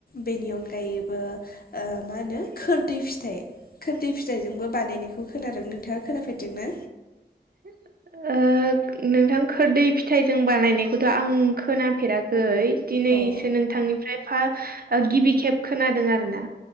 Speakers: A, on the left; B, on the right.
A: बेनि अनगायैबो ओ मा होनो खोरदै फिथाइ खोरदै फिथाइजोंबो बानायनायखौ खोनादों। नोंथाङा खोनाफेरदों ना?
B: <unintelligible> ओ नोंथां खोरदै फिथाइजों बानायनायखौथ' आं खोनाफेराखै। दिनैसो
A: अ
B: नोंथांनिफ्राय फा ओ गिबि खेब खोनादों आरो ना।